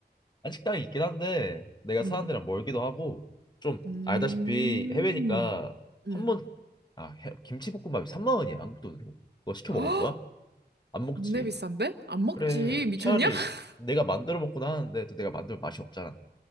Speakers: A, on the left; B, on the right.
A: 한 식당이 있긴 한데 내가
B: 응.
A: 사는 데랑 멀기도 하고 좀
B: 음.
A: 알다시피 해외니까
B: 응.
A: 한 번, 아, 해- 김치볶음밥이 3만 원이야, 한국 돈으로. 그거 시켜
B: <gasps>
A: 먹을
B: 헉!
A: 거야? 안
B: 겁내
A: 먹지.
B: 비싼데? 안 먹지.
A: 그래,
B: 미쳤냐?
A: 차라리
B: <laughs>
A: 내가 만들어 먹곤 하는데 또 내가 만들면 맛이 없잖아.